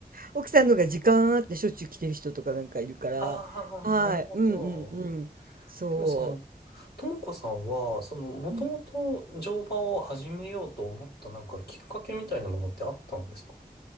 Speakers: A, on the right; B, on the left.
A: 奥さんのが時間あってしょっちゅう来てる人とかなんかいるから、
B: ああ、
A: はい、
B: なるほど。
A: うんうんうん。そ
B: でもその、ともこさんは、その、もともと乗馬を始めようと思ったなんかきっかけみたいなものってあったんですか
A: ううん。